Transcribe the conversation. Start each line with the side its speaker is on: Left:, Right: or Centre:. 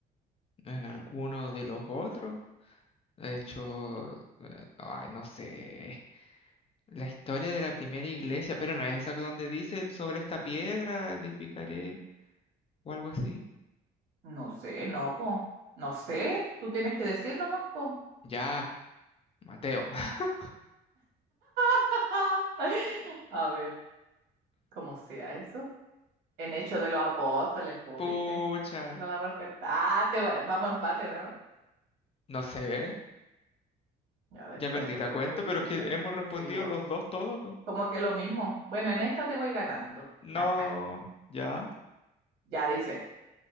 Left: ¿En alguno de los otros? De hecho, eh, ay, no sé. La historia de la primera iglesia, pero no es esa que donde dice el sobre esta piedra edificaré o algo así.
Right: No sé, no, po. No sé. Tú tienes que decir nomás, po.
Left: Ya, Mateo. <laughs>
Right: <laughs> A ver, cómo sea eso. En Hechos de los Apóstoles, po,
Left: Pucha,
Right: ¿viste? Esa era la respetaste. we- Vamos a empate, ¿o ¿no?
Left: no sé.
Right: Ya después,
Left: Ya perdí
Right: después
Left: la cuenta,
Right: voy a ir
Left: pero
Right: contando.
Left: es que hemos respondido
Right: Sí, igual.
Left: los dos todo, po.
Right: Como que lo mismo. Bueno, en esta te voy ganando. <laughs>
Left: No, ya.
Right: Ya dice.